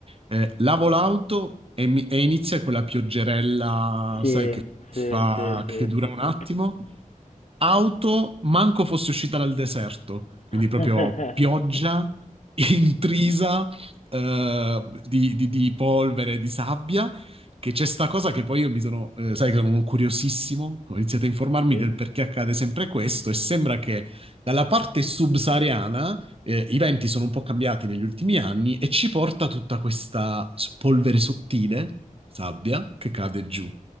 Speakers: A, on the right; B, on the left.
A: Eh, lavo l'auto e, mi- e inizia quella pioggerella,
B: Sì,
A: sai, che
B: sì,
A: fa,
B: sì,
A: che
B: sì,
A: dura
B: sì,
A: un
B: sì.
A: attimo. Auto, manco fosse uscita dal deserto, quindi
B: <laughs>
A: proprio pioggia <laughs> intrisa eh, di, di- di polvere, di sabbia, che c'è sta cosa che poi io mi sono, eh, sai che sono curiosissimo, ho iniziato a informarmi
B: Sì?
A: del perché accade sempre questo e sembra che dalla parte subsahariana eh, i venti sono un po' cambiati negli ultimi anni e ci porta tutta questa s- polvere
B: Eh,
A: sottile, sabbia, che cade giù.